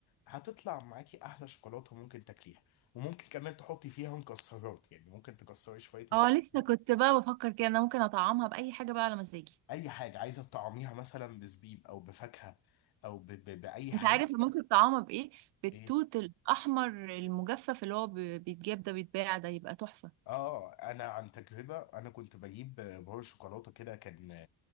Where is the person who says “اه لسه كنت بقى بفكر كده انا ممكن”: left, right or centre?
Right